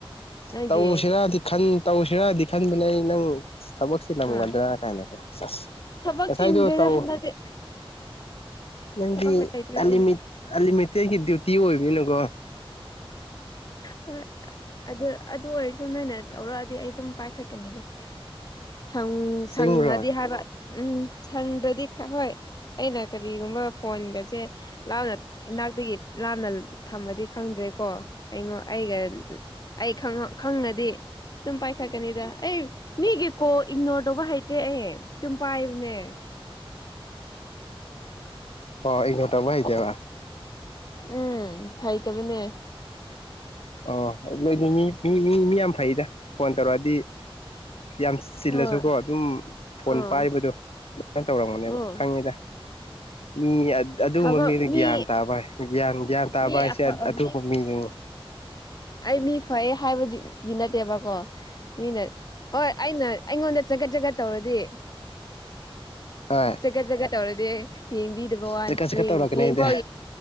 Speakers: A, on the left; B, on the left.
A: ꯅꯪꯒꯤ
B: ꯇꯧꯁꯤꯔꯗꯤ ꯈꯟ ꯇꯧꯁꯤꯔꯗꯤ ꯈꯟꯕꯅꯦ ꯑꯩ ꯅꯪ꯫ ꯑꯁ ꯊꯕꯛꯁꯤꯂꯝꯒꯗ꯭ꯔꯥ
A: ꯑꯥ
B: ꯀꯥꯏꯅꯀꯣ ꯁꯦꯁ
A: ꯊꯕꯛ
B: ꯉꯁꯥꯏꯗꯣ
A: ꯆꯤꯟꯗ꯭ꯔꯦꯗ
B: ꯇꯧ꯫
A: ꯍꯟꯗꯛꯇꯤ
B: ꯅꯪꯗꯤ
A: ꯊꯕꯛ ꯂꯩꯇ꯭ꯔꯦ
B: ꯑꯟꯂꯤꯃꯤꯠ
A: ꯑꯩꯒꯤ
B: ꯑꯟꯂꯤꯃꯤꯇꯦꯠꯒꯤ ꯗ꯭ꯌꯨꯇꯤ ꯑꯣꯏꯕꯅꯤꯅꯀꯣ꯫
A: ꯍꯣꯏ ꯑꯗꯣ꯫ ꯑꯗꯨ ꯑꯣꯏꯔꯁꯨ ꯅꯣꯏꯅ ꯇꯧꯔꯛꯑꯗꯤ ꯑꯩ ꯗꯨꯝ ꯄꯥꯏꯈꯠꯀꯅꯤꯗ꯫ ꯁꯪ
B: ꯑꯁꯦꯡꯕ꯭ꯔꯣ
A: ꯁꯪꯉꯗꯤ ꯍꯥꯏꯕ ꯎꯝ ꯁꯪꯗꯗꯤ ꯍꯣꯏ꯫ ꯑꯩꯅ ꯀꯔꯤꯒꯨꯝꯕ ꯐꯣꯟꯒꯁꯦ ꯂꯥꯞꯅ ꯏꯅꯥꯛꯇꯒꯤ ꯂꯥꯞꯅ ꯊꯝꯃꯗꯤ꯫ ꯈꯪꯗ꯭ꯔꯦꯀꯣ ꯑꯩꯉꯣꯟ ꯑꯩꯒ ꯑꯩ ꯈꯪꯉ ꯈꯪꯉꯗꯤ꯫ ꯇꯨꯝ ꯄꯥꯏꯈꯠꯀꯅꯤꯗ ꯑꯩ꯫ ꯃꯤꯒꯤ ꯀꯣ ꯏꯒꯅꯣꯔ ꯇꯧꯕ ꯍꯩꯇꯦ ꯑꯩ ꯗꯨꯝ ꯄꯥꯏꯕꯅꯦ꯫
B: ꯍꯣ ꯏꯛꯅꯣꯔ ꯇꯧꯕ ꯍꯩꯇꯦꯕ꯫
A: ꯎꯝ ꯍꯩ ꯇꯕꯅꯦ꯫
B: ꯑꯣ ꯅꯣꯏꯗꯤ ꯃꯤ ꯃꯤ ꯃꯤ ꯃꯤ ꯌꯥꯝ ꯐꯩꯗ ꯐꯣꯟ ꯇꯧꯔꯛꯑꯗꯤ ꯌꯥꯝ ꯆꯤꯜꯂꯁꯨꯀꯣ
A: ꯍꯣꯏ
B: ꯗꯨꯝ ꯐꯣꯟ
A: ꯑꯥ
B: ꯄꯥꯏꯕꯗꯣ ꯑꯗꯨꯃꯥꯏꯅ ꯇꯧꯔꯝꯒꯅꯦꯕ
A: ꯎꯝ
B: ꯈꯪꯉꯦꯗ ꯃꯤ ꯑꯗꯨꯒꯨꯝꯕ
A: ꯊꯕꯛ
B: ꯃꯤꯗꯨ
A: ꯃꯤ
B: ꯒ꯭ꯌꯥꯟ ꯇꯥꯕ ꯍꯥꯏ ꯒ꯭ꯌꯥꯟ ꯒ꯭ꯌꯥꯟ ꯇꯥꯕ
A: ꯃꯤ
B: ꯍꯥꯏꯁꯦ ꯑꯗꯨꯒꯨꯝ
A: ꯃꯤ
B: ꯃꯤꯗꯨꯅꯤ
A: ꯑꯩ ꯃꯤ ꯐꯩꯌꯦ ꯍꯥꯏꯕꯒꯤ ꯒꯤ ꯅꯠ ꯅꯠꯇꯦꯕꯀꯣ ꯃꯤꯅ ꯍꯣꯏ ꯑꯩꯅ ꯑꯩꯉꯣꯟꯗ ꯆꯒꯠ ꯆꯒꯠ ꯇꯧꯔꯗꯤ
B: ꯍꯣꯏ
A: ꯆꯒꯠ ꯆꯒꯠ ꯇꯧꯗꯦ ꯌꯦꯡꯕꯤ <unintelligible>
B: ꯆꯀꯠ ꯆꯀꯠ ꯇꯧꯔꯛꯀꯅꯤ
A: ꯌꯦꯡ
B: ꯑꯩꯗꯤ
A: ꯐꯥꯎ